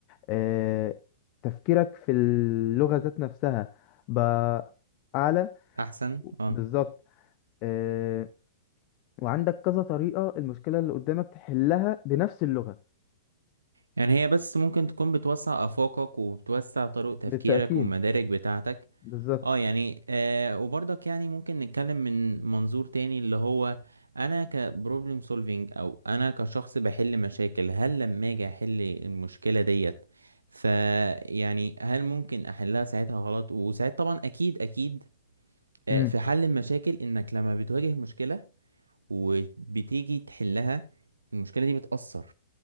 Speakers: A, on the left (about 40°); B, on the right (about 75°).
A: آه، تفكيرك في اللغة ذات نفسها بقى أعلى
B: احسن اه
A: بالظبط آه، وعندك كذا طريقة المشكلة اللي قدامك تحلها بنفس اللغة
B: يعني هي بس ممكن تكون بتوسع افاقك وبتوسع طرق تفكيرك
A: بالتأكيد
B: والمدارك بتاعتك
A: بالظبط
B: اه يعني آه وبرضك يعني ممكن نتكلم من منظور تاني اللي هو انا كبروبلم سولفينج او انا كشخص بحل مشاكل هل لما اجي احل المشكلة ديت فيعني هل ممكن احلها ساعتها غلط وساعات طبعا اكيد اكيد آه
A: مم.
B: في حل المشاكل انك لما بتواجه مشكلة وبتيجي تحلها المشكلة دي بتأثر